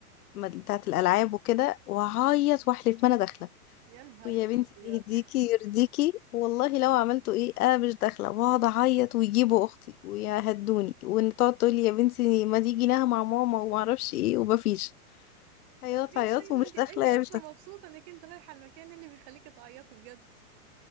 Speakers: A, on the left (about 75°); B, on the right (about 25°).
A: بتاعة الالعاب وكده واعيط واحلف ما انا داخلة
B: يا نهارك
A: ويا بنتي
B: ابيض
A: يهديكي يرضيكي والله لو عملتوا ايه انا مش داخله واقعد اعيط ويجيبوا اختي ويهدوني وان تقعد تقولي يا بنتي ما دي جيناها مع ماما وما اعرفش ايه ومفيش عياط
B: طب ليه
A: عياط
B: طيب
A: ومش
B: ما انت انت
A: داخله يا مش
B: اصلا
A: داخله
B: مبسوطه انك انت رايحه المكان اللي بيخليكي تعيطي بجد